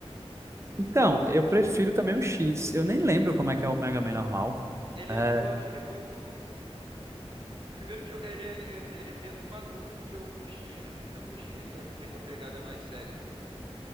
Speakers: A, on the right; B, on the right.
A: Então, eu prefiro também o X. Eu nem lembro como é que é o Mega Man normal.
B: Ele
A: É,
B: é, eu acho ele muito. Primeiro que eu- ele, é, ele é menos maduro do que o, o X, né? O X ele já tem uma pegada mais séria.